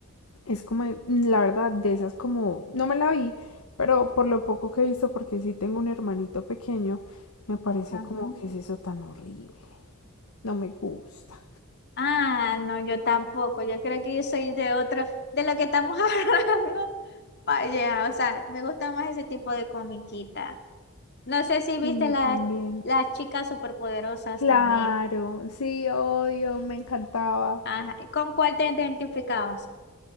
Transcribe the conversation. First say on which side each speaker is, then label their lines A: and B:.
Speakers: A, on the left; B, on the left.
A: es como, mm, la verdad, de esas como, no me la vi, pero por lo poco que he visto, porque sí tengo un hermanito pequeño, me parece
B: Ajá.
A: como que es eso tan horrible. No me gusta.
B: Ah, no, yo tampoco. Yo creo que yo soy de otro, de lo que estamos <laughs> hablando. Vaya, o sea, me gusta más ese tipo de comiquita. No sé si
A: Sí,
B: viste las
A: también.
B: las chicas superpoderosas
A: Claro,
B: también.
A: sí, odio, me encantaba.
B: Ajá. ¿y ¿Con cuál te identificabas?